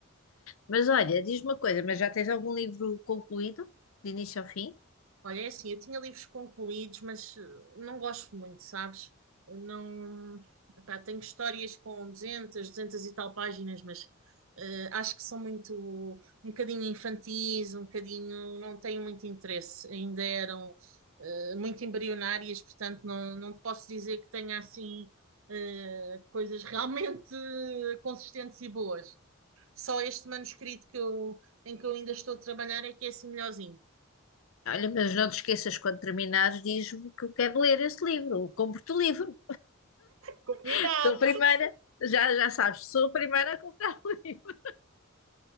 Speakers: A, on the left; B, on the right.
A: Mas olha, diz-me uma coisa, mas já tens algum livro concluído, de início ao fim?
B: Olha, é assim, eu tinha livros concluídos, mas eh, não gosto muito, sabes? Eh, Não, pá, tenho histórias com 200, 200 e tal páginas, mas eh, acho que são muito, um bocadinho infantis, um bocadinho, não tenho muito interesse. Ainda eram eh, muito embrionárias, portanto não, não te posso dizer que tenha assim eh, coisas realmente <laughs> eh, consistentes e boas. Só este manuscrito que eu, em que eu ainda estou a trabalhar é que é assim melhorzinho.
A: Olha, mas não te esqueças, quando terminares, diz-me que eu quero ler esse livro, compro-te o livro.
B: Combinado!
A: <laughs> Sou a primeira, já, já sabes, sou a primeira a comprar o livro.